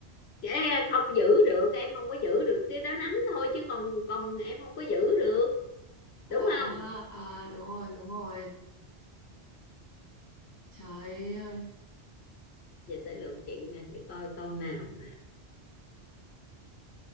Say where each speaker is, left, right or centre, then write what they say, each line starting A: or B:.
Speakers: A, on the left; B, on the left.
A: cái không giữ được em không có giữ được cái đó nắm thôi chứ còn còn em không có giữ được đúng
B: à
A: không
B: à đúng rồi đúng rồi trời ơi
A: giờ tới lượt chị nè để coi câu nào mà